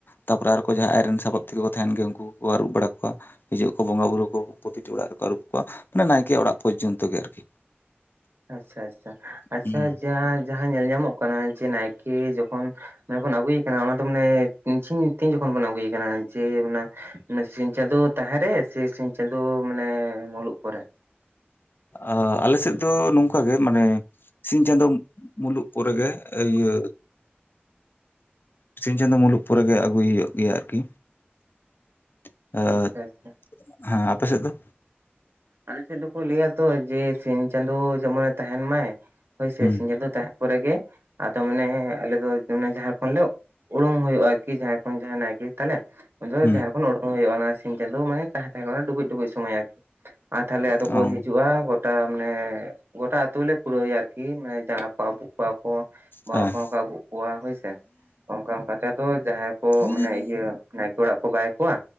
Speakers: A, on the left; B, on the right.
A: ᱛᱟᱯᱚᱨᱮ ᱟᱨᱠᱚ ᱡᱟᱦᱟᱸ ᱟᱭᱨᱮᱱ ᱥᱟᱯᱟᱵ ᱛᱮᱠᱚᱠᱚ ᱛᱟᱦᱮᱱ ᱜᱮᱭᱟ ᱩᱱᱠᱩ ᱠᱚᱠᱚ ᱟᱹᱨᱩᱵ ᱵᱟᱲᱟ ᱠᱚᱣᱟ ᱦᱤᱡᱩᱜ ᱟᱠᱚ ᱵᱚᱸᱜᱟ ᱵᱩᱨᱩ ᱠᱚ᱾ ᱯᱨᱚᱛᱤᱴᱤ ᱚᱲᱟᱜ ᱨᱮᱠᱚ ᱟᱹᱨᱩᱵ ᱠᱚᱣᱟ ᱢᱟᱱᱮ ᱱᱟᱭᱠᱮᱭᱟ ᱚᱲᱟᱜ ᱯᱚᱨᱡᱚᱱᱛᱚ ᱜᱮ ᱟᱨᱠᱤ᱾
B: ᱟᱪᱪᱷᱟ ᱟᱪᱪᱷᱟ ᱟᱪᱪᱷᱟ
A: ᱦᱩᱸ
B: ᱡᱟᱦᱟᱸ ᱡᱟᱦᱟᱸ ᱧᱮᱞ ᱧᱟᱢᱚᱜ ᱠᱟᱱᱟ ᱡᱮ ᱱᱟᱭᱠᱮ ᱡᱚᱠᱷᱚᱱ, ᱢᱟᱱᱮ ᱵᱚᱱ ᱟᱹᱜᱩᱭᱮ ᱠᱟᱱᱟ ᱚᱱᱟ ᱫᱚ ᱢᱟᱱᱮ <unintelligible> ᱛᱤᱧ ᱡᱚᱠᱷᱚᱱ ᱵᱚᱱ ᱟᱹᱜᱩᱭᱮ ᱠᱟᱱᱟ ᱡᱮ ᱚᱱᱟ, <unintelligible> ᱥᱤᱧ ᱪᱟᱸᱫᱳ ᱛᱟᱦᱮᱸ ᱨᱮ ᱥᱮ ᱥᱤᱧ ᱪᱟᱸᱫᱳ ᱢᱟᱱᱮ ᱢᱩᱞᱩᱜ ᱯᱚᱨᱮ?
A: ᱟ ᱟᱞᱮ ᱥᱮᱫ ᱫᱚ ᱱᱚᱝᱠᱟ ᱜᱮ ᱢᱟᱱᱮ, ᱥᱤᱧ ᱪᱟᱸᱫᱳᱢ ᱢᱩᱞᱩᱜ ᱯᱚᱨᱮᱜᱮ ᱮᱤᱭᱟᱹ, ᱥᱤᱧ ᱪᱟᱸᱫᱳ ᱢᱩᱞᱩᱜ ᱯᱚᱨᱮ ᱜᱮ ᱟᱹᱜᱩᱭᱮ ᱦᱩᱭᱩᱜ ᱜᱮᱭᱟ ᱟᱨᱠᱤ᱾ ᱟᱛ
B: ᱟᱪᱪᱷᱟ ᱟᱪᱪᱷᱟ
A: ᱦᱮᱸ ᱟᱯᱮ ᱥᱮᱫᱚ ᱫᱚ?
B: ᱟᱞᱮᱥᱮᱫ ᱫᱚᱠᱚ ᱞᱟᱹᱭᱟ ᱛᱚ ᱡᱮ ᱥᱤᱧ ᱪᱟᱸᱫᱳ ᱡᱮᱢᱚᱱᱮ ᱛᱟᱦᱮᱱ ᱢᱟᱭ᱾ ᱦᱳᱭᱥᱮ
A: ᱦᱩᱸ
B: ᱥᱤᱧ ᱪᱟᱸᱫᱚᱳᱭ ᱛᱟᱦᱮᱱ ᱯᱚᱨᱮᱜᱮ ᱟᱫᱚ ᱢᱟᱱᱮ ᱟᱞᱮ ᱫᱚ ᱢᱟᱱᱮ ᱡᱟᱷᱟ ᱠᱷᱚᱱ ᱞᱮ ᱩᱬᱳᱝ ᱦᱩᱭᱩᱜᱼᱟ ᱟᱨᱠᱤ ᱡᱟᱦᱟᱸᱭ ᱠᱷᱚᱱ ᱡᱟᱦᱟᱭ ᱱᱟᱭᱠᱮ ᱛᱟᱞᱮ᱾ ᱩᱱᱫᱚ
A: ᱦᱩᱸ
B: ᱡᱟᱦᱮᱨ ᱠᱷᱚᱱᱚ ᱩᱰᱩᱠ ᱦᱩᱭᱩᱜᱼᱟ ᱚᱱᱟ ᱥᱤᱧ ᱪᱟᱸᱫᱳ ᱢᱟᱱᱮ ᱛᱟᱦᱮᱸ ᱛᱟᱦᱮᱸ ᱠᱷᱟᱱ ᱰᱩᱵᱩᱡ ᱰᱩᱵᱩᱡ ᱥᱚᱢᱚᱭ ᱟᱨᱠᱤ᱾ ᱟᱨ ᱛᱟᱦᱚᱞᱮ ᱟᱫᱚ
A: ᱚ
B: ᱠᱚ ᱦᱤᱡᱩᱜᱼᱟ ᱜᱚᱴ ᱴᱟ ᱢᱟᱱᱮ ᱜᱚᱴᱟ ᱟᱛᱩ ᱞᱮ ᱠᱩᱲᱟᱹᱣᱮᱭᱟ ᱟᱨᱠᱤ ᱢᱟᱱᱮ ᱡᱟᱸᱜᱟ ᱠᱚ ᱟᱵᱩᱜ ᱠᱚᱣᱟ ᱠᱚ᱾ ᱵᱚᱸᱜᱟ
A: ᱦᱮᱸ
B: ᱠᱚᱦᱚᱸ ᱠᱚ ᱟᱹᱜᱵᱩ ᱠᱚᱣᱟ ᱦᱳᱭᱥᱮ᱾ ᱚᱱᱠᱟ ᱚᱱᱠᱟᱛᱮ ᱟᱫᱚ ᱡᱟᱦᱟᱸᱭ ᱠᱚ
A: ᱦᱩᱸ
B: ᱢᱟᱱᱮ ᱤᱭᱟᱹ ᱱᱟᱭᱠᱮ ᱚᱲᱟᱜ ᱠᱚ ᱵᱟᱭ ᱠᱚᱣᱟ᱾